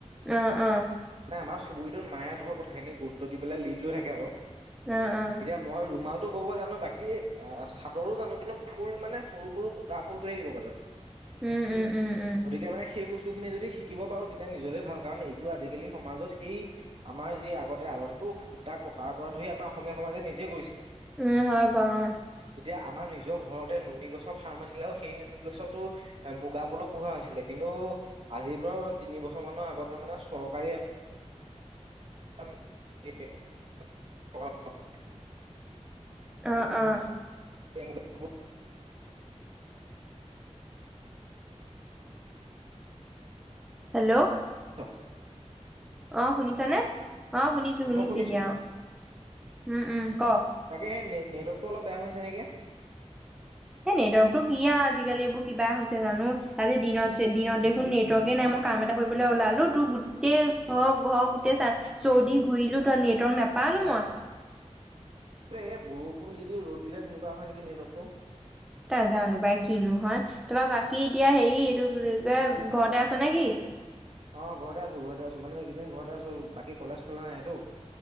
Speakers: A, in the centre; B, on the right.
A: অঁ-অঁ
B: নাই আমাৰ চুবুৰীটোত মায়ে ধৰক কথাখিনি গুৰুত্ব দি পেলাই লিড লৈ থাকে আৰু।
A: অঁ-অঁ
B: এতিয়া মই ৰুমাল টো বব জানো, বাকি অ চাদৰো জানো কিন্তু ফুল মানে সৰু-সৰু বুটা ফুলটোহে দিব পাৰো।
A: উম উম উম উম
B: গতিকে মানে সেই বস্তু বস্তুখিনি যদি শিকিব পাৰো, তেতিয়া নিজলে ভাল কাৰণ এইটো আজিকালি সমাজত সেই আমাৰ যি আগতে-আগতে সূতা-কটাৰ পৰা ধৰি আমাৰ অসমীয়া সমাজে নিজেই কৰিছিলে।
A: উম! হয় বাও উম
B: এতিয়া আমাৰ নিজৰ ঘৰতে নুনি গছৰ ফাৰ্ম আছিলে আৰু সেই নুনি গছতো মুগাপলু পোহা হৈছিলে কিন্তু আজিৰ পৰা তিনি বছৰমানৰ আগতে মানে চৰকাৰী <unintelligible>
A: অঁ-অঁ
B: <unintelligible>
A: হেল্ল'!
B: ছ <unintelligible>
A: অঁ শুনিছা নে? অঁ শুনিছোঁ-শুনিছোঁ
B: মই শুনিছো
A: এতিয়া অঁ উম-উম! ক?
B: তাকে সেই নে নেটৱৰ্কটো অলপ বেয়া হৈছে নেকি?
A: সেই নেটৱৰ্কটো ইয়াৰ আজিকালি এইবোৰ কিবা হৈছে জানো, আজি দিনত যে দিনত দেখোন নেটৱৰ্কে নাই, মই কাম এটা কৰিবলে ওলা তোৰ গোটেই ঘৰ-ঘৰ গোটেই চাৰি চৌদিশ ঘূৰিলো ত নেটৱৰ্ক নাপালো মই।
B: এই বৰষুণ দি-দি ৰ'দ দিলে তেনেকুৱা হয় নেকি নেটৱৰ্কটো?
A: নাজানো পাই কিনো হয়। তাৰপৰা বাকী এতিয়া হেৰি এইটো কি কয় ঘৰতে আছ নেকি?
B: অ', ঘৰতে আছো ঘৰতে আছো মানে এইকেইদিন ঘৰতে আছো। বাকী কলেজ খোলা নাইটো?